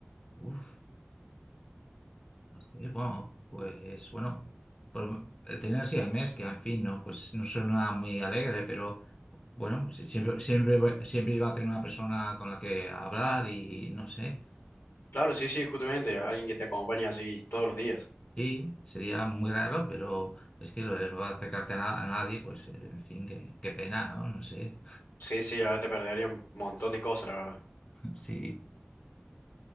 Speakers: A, on the left; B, on the left.
A: Uf, no sé, bueno, pues bueno, por- el tener siamés, que en fin, no, pues no suena muy alegre, pero bueno, pues siempre, siempre, siempre iba a tener una persona con la que hablar y no sé.
B: Claro, sí, sí, justamente. Alguien que te acompañe así todos los días.
A: Sí, sería muy raro, pero es que lo de no acercarte a, na- a nadie, pues eh, en fin, qué, qué pena, ¿no? No sé.
B: Sí, sí, la verdad te perdería un montón de cosas, la verdad.
A: <laughs> Sí.